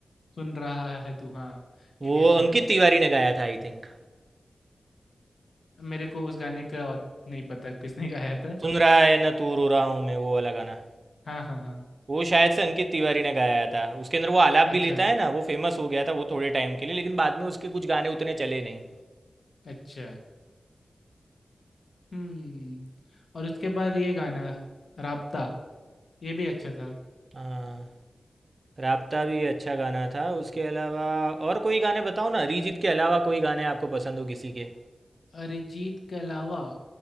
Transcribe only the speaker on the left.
सुन रहा है तू हाँ
ये भी अच्छा
था
मेरे को उस गाने का और नहीं पता किसने गाया था
हाँ हाँ हाँ
अच्छा
अच्छा हम्म और उसके बाद ये गाना राबता ये भी अच्छा था
अरिजीत के अलावा